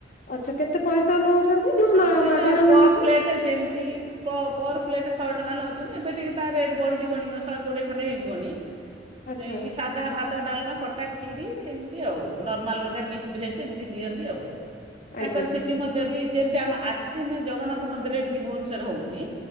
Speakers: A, on the left; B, on the right.
A: ଆଚ୍ଛା କେତେ ପଇସା ନଉଛନ୍ତି ନା ମା
B: ସେଇଟା
A: ମାଗଣା
B: ପର୍
A: ମିଳୁଛି
B: ପ୍ଲେଟ ଯେମିତି ପ ପର୍ ପ୍ଲେଟ୍ ଶହେଟଙ୍କା ନେଉଚନ୍ତି ଏବେ ଟିକେ ତା ରେଟ୍ ବଢ଼ିିଜିବଣି ଶହେ କୋଡ଼ିଏ ଖଣ୍ଡେ ହେଇଯିବଣି
A: ଆଚ୍ଛା
B: ସେଇ ସାଧା ଭାତ ଡାଲମା ଖଟା କ୍ଷୀରି ଏମିତି ଆଉ ନର୍ମାଲ ଗୋଟେ ମିକ୍ସ ଭେଜ ଏମିତି ଦିଅନ୍ତି ଆଉ ତାଙ୍କର
A: ଆଜ୍ଞା
B: ସେ ଏଥିମଧ୍ୟବି ଯେମିତି ଆମ ଆସିମ ଜଗନ୍ନାଥ ମନ୍ଦିର ଏଠି ଭୁବନେଶ୍ୱର ହେଉଚି